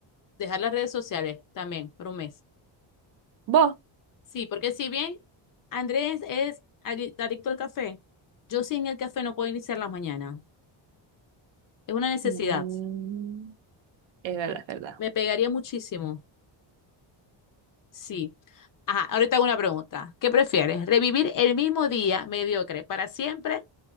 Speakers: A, on the left; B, on the right.
A: dejar las redes sociales también por un mes.
B: ¿Vos?
A: Sí, porque si bien Andrés es adic- adicto al café, yo sin el café no puedo iniciar la mañana. Es una necesidad.
B: Mm, es verdad,
A: Me,
B: es verdad.
A: me pegaría muchísimo. Sí. Ajá, ahorita hago una pregunta. ¿Qué prefieres? ¿Revivir el mismo día mediocre para siempre